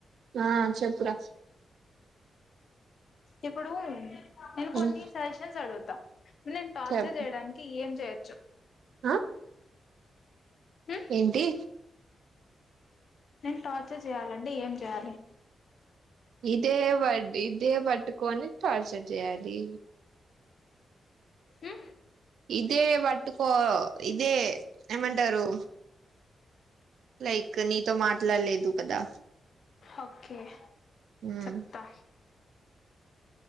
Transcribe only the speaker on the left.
ఇప్పుడూ నిన్ కొన్ని
సజీషన్స్ అడుగుతా నేన్ టార్చర్
చేయడానికి ఎంజేయొచ్చు
ఉమ్
నేన్ టార్చర్ జేయాలండి ఏం జేయాలి
హు
ఓకే
చెప్తా